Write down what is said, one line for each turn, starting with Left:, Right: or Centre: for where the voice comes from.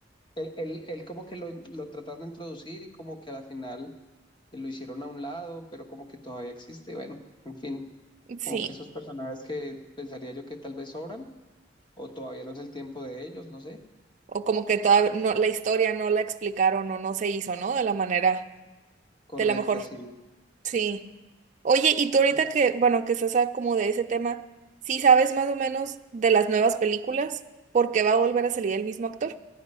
Left: Él, él- él como que lo, lo trataron de introducir y como que a la final lo hicieron a un lado, pero como que todavía existe. Y bueno, en fin,
Right: sí.
Left: como que esos personajes que pensaría yo que tal vez sobran o todavía no es el tiempo de ellos, no sé.
Right: O como que toda no, la historia no la explicaron o no se hizo, ¿no? De la manera,
Left: Correcta,
Right: de la mejor,
Left: sí.
Right: sí. Oye, y tú ahorita
Left: sí.
Right: que, bueno, que estás ah, como de ese tema, ¿sí sabes más o menos de las nuevas películas? ¿Por qué va a volver a salir el mismo actor?